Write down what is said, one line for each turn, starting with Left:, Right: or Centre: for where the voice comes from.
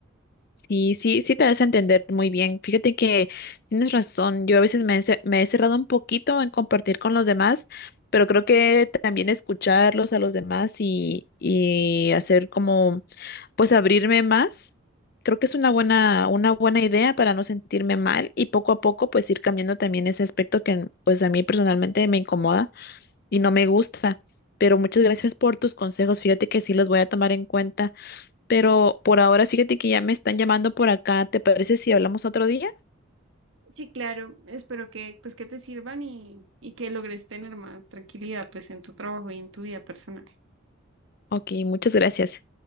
Left: Sí, sí, sí te das a entender muy bien. Fíjate que tienes razón. Yo a veces me he, ce- me he cerrado un poquito en compartir con los demás, pero creo que también escucharlos a los demás y, y hacer como, pues abrirme más. Creo que es una buena, una buena idea para no sentirme mal y poco a poco pues ir cambiando también ese aspecto que pues a mí personalmente me incomoda y no me gusta. Pero muchas gracias por tus consejos. Fíjate que sí los voy a tomar en cuenta. Pero por ahora, fíjate que ya me están llamando por acá. ¿Te parece si hablamos otro día?
Right: Sí, claro, espero que pues que te sirvan y, y que logres tener más tranquilidad pues en tu trabajo y en tu vida personal.
Left: Ok, muchas gracias.